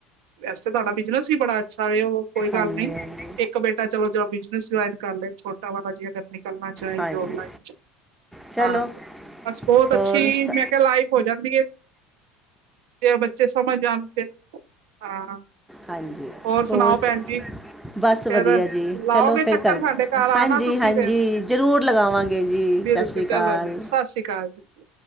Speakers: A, on the right; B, in the centre.
A: ਵੈਸੇ ਤੁਆਡਾ ਬਿਜਨਸ ਵੀ ਬੜਾ ਅੱਛਾ ਵੇ ਉ ਕੋਈ ਗੱਲ
B: ਹਾਂਜੀ
A: ਨਈ, ਏਕ ਬੇਟਾ ਚਲੋ ਜੋ ਬਿਜਨਸ ਜੁਆਇਨ ਕਰ ਲਏ ਛੋਟਾ ਵਾਲਾ ਜੇ ਅਗਰ ਨਿਕਲਨਾ ਚਾਏ
B: ਹਾਂਜੀ
A: ਜੋਬ ਲਾਈਨ ਚ
B: ਚਲੋ
A: ਹਾਂ, ਬਸ ਬੋਤ
B: ਹੋਰ
A: ਅੱਛੀ
B: ਸ
A: ਮੈਂ ਕਿਯਾ ਲਾਈਫ ਹੋ ਜਾਂਦੀ ਏ, ਜੇ ਬੱਚੇ ਸਮਝ ਆਣ ਤੇ। ਹਾਂ
B: ਹਾਂਜੀ,
A: ਸੁਣਾਓ
B: ਹੋਰ ਸ
A: ਭੈਣ ਜੀ
B: ਬਸ ਵਦੀਆ
A: ਫੇਰ
B: ਜੀ,
A: ਲਾਓਗੇ
B: ਚਲੋ ਫਿਰ
A: ਚੱਕਰ
B: ਕਰ
A: ਸਾਡੇ ਘਰ
B: ਹਾਂਜੀ-ਹਾਂਜੀ
A: ਆਣਾ ਤੁਸੀਂ ਫੇਰ।
B: ਜ਼ਰੂਰ ਲਗਾਵਾਂਗੇ ਜੀ,
A: ਬਿਲਕੁਲ
B: ਸਤਿ ਸ਼੍ਰੀ ਅਕਾਲ।
A: ਚਲੋ ਜੀ ਸਤਿ ਸ਼੍ਰੀ ਅਕਾਲ।